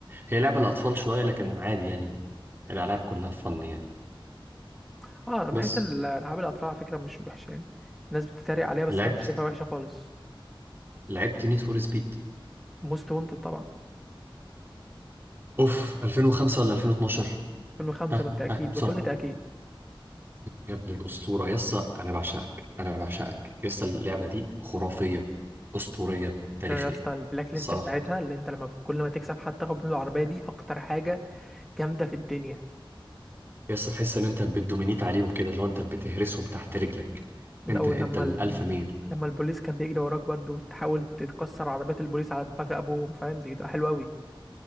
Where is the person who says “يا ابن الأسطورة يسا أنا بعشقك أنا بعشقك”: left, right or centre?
Right